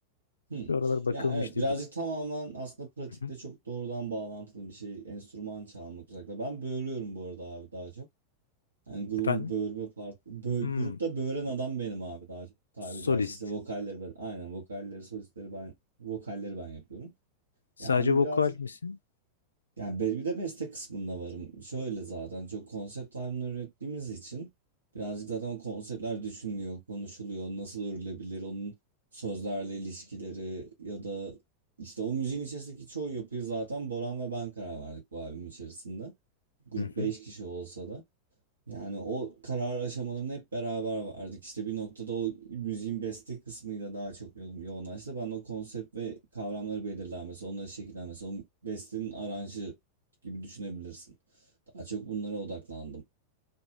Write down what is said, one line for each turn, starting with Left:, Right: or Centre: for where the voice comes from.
Right: Hmm.
Left: Şu aralar bakalım
Right: Ya evet
Left: işte
Right: birazcık
Left: bir
Right: tamamen aslında pratikte
Left: Hı hı.
Right: çok doğrudan bağlantılı bir şey enstrüman çalmak özellikle. Ben böğürüyorum bu arada abi daha çok. Yani grubun
Left: Efendim?
Right: böğürme parti. Bö-
Left: Hmm,
Right: grupta böğüren adam benim abi daha çok tabiri
Left: solist.
Right: caizse. işte vokalleri ben. Aynen vokalleri, solistleri ben, vokalleri ben yapıyorum.
Left: Sadece
Right: Yani
Left: vokal
Right: birazcık
Left: misin?
Right: yani be- bir de beste kısmında varım. Şöyle zaten çok konsept halinde ürettiğimiz için birazcık zaten o konseptler düşünülüyor, konuşuluyor. Nasıl örülebilir onun sözlerle ilişkileri ya da işte o müziğin içerisindeki çoğu yapıyı zaten Boran ve ben karar verdik bu albüm içerisinde. Grup
Left: Hı hı.
Right: 5 kişi olsa da. Yani o karar aşamalarını hep beraber verdik. İşte bir noktada o müziğin beste kısmıyla daha çok yo- yoğunlaştı. Ben o konsept ve kavramları belirlenmesi, onları şekillenmesi, o bestenin aranjı gibi düşünebilirsin. Daha çok bunlara odaklandım.